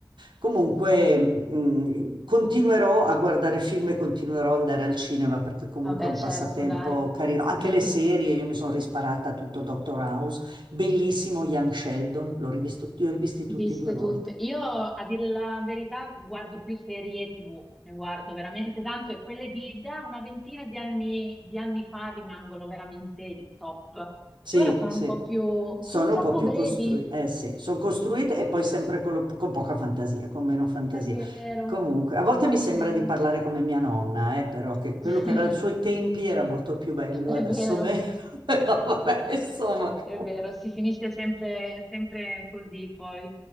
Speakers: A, on the right (about 85°); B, in the centre.
A: Comunque, mh, continuerò a guardare film e continuerò ad andare al cinema perché comunque
B: vabbè,
A: è un
B: certo,
A: passatempo
B: dai.
A: carino. Anche
B: <laughs>
A: le serie, io mi sono risparata tutto Doctor House, bellissimo Young Sheldon, l'ho rivisto, li ho rivisti tutti
B: Viste
A: due volte.
B: tutte. Io, a dire la verità, guardo più serie TV, ne guardo veramente tanto e quelle di da una ventina di anni, di anni fa rimangono veramente il top.
A: Sì,
B: E ora sono
A: sì,
B: un po' più...
A: sono
B: sono troppo
A: un po' più
B: brevi.
A: costruite, eh sì, sono costruite
B: Mm,
A: e poi sempre con, lo- con poca fantasia, con meno fantasia.
B: è vero,
A: Comunque, a volte mi
B: è
A: sembra
B: vero.
A: di parlare come mia nonna, eh, però che quello
B: <laughs>
A: che era ai suoi tempi era molto più bello,
B: È
A: adesso
B: vero,
A: meno, <laughs> però vabbè, insomma,
B: è
A: comunque,
B: vero, si finisce sempre, sempre così poi.